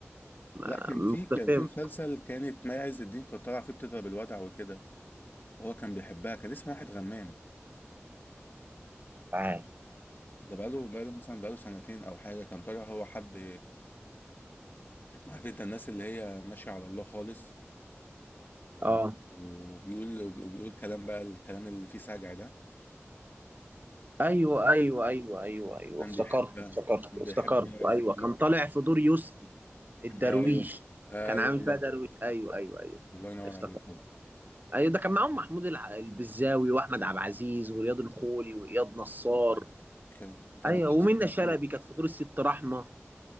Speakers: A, on the right; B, on the left.
A: ما-
B: لا كان
A: مختفيه
B: في كان في
A: مش
B: مسلسل كانت مي عز الدين كانت طالعه فيه بتضرب الوضع وكده وهو كان بيحبها كان اسمه واحد غمام
A: عارف
B: ده بقاله بقاله مثلا بقاله سنتين او حاجه كان طالع هو حد عارف انت الناس اللي هي ماشيه على الله خالص و-
A: اه
B: وبيقول وبيقول كلام بقى الكلام اللي فيه سجع ده
A: ايوه ايوه ايوه ايوه ايوه
B: كان
A: افتكرت
B: بيحبها
A: افتكرت
B: كان
A: افتكرت
B: بيحب مي عز
A: ايوه
B: الدين
A: كان طالع في دور يسري الدرويش
B: ايوه ايوه
A: كان عامل
B: والله
A: فيها درويش ايوه ايوه ايوه
B: الله ينور
A: افتكرت
B: عليك هو
A: ايوه ده كان معاهم محمود الع- البزاوي واحمد عبد العزيز ورياض الخولي واياد نصار
B: كان كان
A: ايوه
B: مسلسل
A: ومنة
B: كان
A: شلبي
B: تقيل
A: كانت في دور الست رحمه